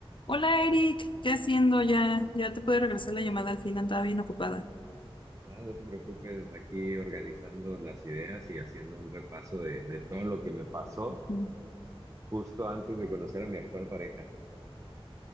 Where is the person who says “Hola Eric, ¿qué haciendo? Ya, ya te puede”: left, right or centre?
Left